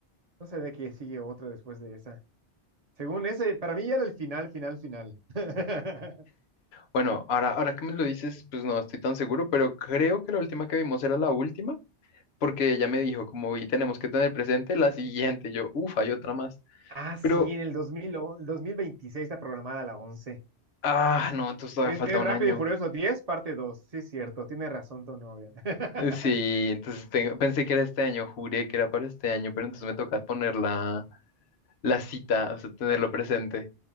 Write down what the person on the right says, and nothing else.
No sabía que sigue otra después de esa. Según ese, para mí ya era el final, final, final. <laughs>
Ah, sí,
en el 2000 o- el 2026 está programada la once
Es,
es
Rápido
y Furioso 10 parte dos Sí, es cierto. Tiene razón tu novia. <laughs>
Ajá.